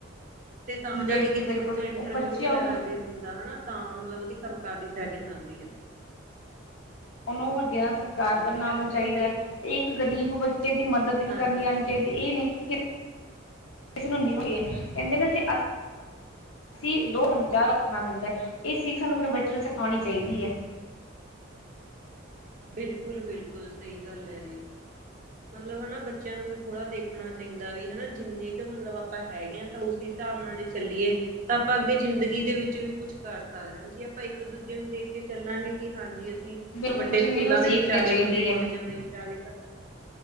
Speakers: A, on the right; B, on the left.
A: ਤੇ ਤਾਂ
B: ਬਿਲਕੁਲ
A: ਜਾ ਕੇ ਕਿਤੇ
B: ਬਿਲਕੁਲ
A: ਬੱਚਾ ਇੰਟਰਵਿਊ
B: ਉਹ ਬੱਚਿਆਂ
A: ਵਗੈਰਾ
B: ਨੂੰ
A: ਅੱਗੇ ਦਿੰਦਾ ਹੈਨਾ ਤਾਂ ਮਤਲਬ ਉਦੀ ਕੰਮ ਕਰਨ ਦੀ ਸੈਟਿੰਗ ਆਂਦੀ ਐ।
B: ਓਹਨੂੰ ਵੱਡੇਆਂ ਸਤਕਾਰ
A: ਹਾਂਜੀ
B: ਕਰਨਾ
A: ਤਾਂ
B: ਆਣਾ
A: ਮਤਲਬ
B: ਚਾਈਦੈ
A: ਦੇਖੋ
B: ਤੇ ਇੱਕ ਗ਼ਰੀਬ ਬੱਚੇ ਦੀ ਮਦਦ ਵੀ
A: ਹਾਂਜੀ
B: ਕਰਨੀ ਆਣੀ ਇਹ ਨੀ ਕਿ <unintelligible> ਕਿਸ ਨੂੰ ਹੈਗੀ ਏ ਕੈਹੰਦੇ ਨੇ ਜੇ ਅਸ ਅਸੀ ਦੋ ਹੁਣ ਚਾਰ ਹੱਥ ਨ ਦਿੰਦਾ ਇਹ ਸੀਖ ਸਾਨੂੰ ਆਪਣੇ ਬੱਚੇ ਨੂੰ ਸਿਖਾਣੀ ਚਾਈਦੀ ਐ।
A: ਬਿਲਕੁਲ-ਬਿਲਕੁਲ ਸਹੀ ਗੱਲ ਐ ਜੀ। ਮਤਲਬ ਹੈਨਾ ਬੱਚਿਆਂ ਨੂੰ ਵੀ ਥੋੜਾ ਦੇਖਣਾ ਚਾਈਦਾ ਵੀ ਹੈਨਾ ਜਿੰਨੇ ਕੁ ਮਤਲਬ ਆਪਾਂ ਹੈਗੇ ਹਾਂ ਤਾਂ ਓ ਹਿਸਾਬ ਨਾਲ ਜੇ ਚੱਲੀਏ। ਤਾਂ ਆਪਾਂ ਅੱਗੇ ਜ਼ਿੰਦਗੀ ਦੇ ਵਿੱਚ ਵੀ ਕੁੱਛ ਕਰ ਸਕਦੇ ਆਂ ਜੇ ਆਪਾਂ ਇੱਕ ਦੂਜੇ ਨੂੰ ਦੇਖ ਕੇ ਚੱਲਾਂਗੇ। ਕਿ ਹਾਂਜੀ ਅਸੀਂ
B: ਆਪਣੇ
A: ਵੱਡੇ
B: ਬੱਚੇ
A: ਸਕੂਲਾਂ
B: ਨੂੰ ਇਹੋ
A: ਦੇ
B: ਸਿੱਖ
A: ਵਿੱਚ
B: ਦੇਣੀ
A: ਆ ਗਏ,
B: ਚਾਹੀਦੀ
A: ਵੱਡੇ ਕਾਲਜਾਂ
B: ਹੈ।
A: ਦੇ ਵਿੱਚ ਆ ਗਏ ਤਾਂ